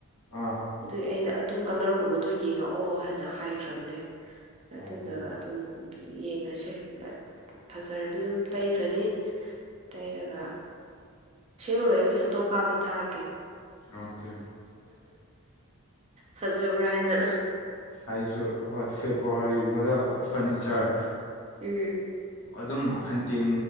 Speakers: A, on the left; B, on the right.
A: ꯑꯥ
B: ꯑꯗꯨꯏ ꯑꯩꯅ ꯑꯗꯨ ꯀꯂꯔꯒꯨꯝꯕꯗ ꯌꯦꯡꯔꯛꯑꯣ ꯍꯥꯏꯅ ꯍꯥꯏꯈ꯭ꯔꯕꯅꯦ ꯑꯗꯨꯒ
A: ꯑꯣꯀꯦ
B: ꯑꯗꯨꯝ ꯌꯦꯡꯉꯁꯦ ꯐꯖꯔꯗꯤ ꯑꯗꯨꯝ ꯇꯩꯈ꯭ꯔꯅꯤ ꯇꯩꯔꯒ ꯁꯦꯝꯃ ꯂꯣꯏꯕꯗ ꯐꯣꯇꯣ ꯀꯥꯞꯄ꯭ꯔꯥ ꯊꯥꯔꯛꯀꯦ
A: ꯑꯣꯀꯦ
B: ꯐꯖꯕ꯭ꯔꯥ ꯍꯥꯏꯅ
A: ꯍꯥꯏꯁꯨ ꯍꯣꯏ ꯐꯦꯕꯨꯋꯥꯔꯤꯒꯨꯝꯕꯗ ꯐꯔꯅꯤꯆꯔ
B: ꯎꯝ
A: ꯑꯗꯨꯝ ꯍꯟꯇꯤꯡ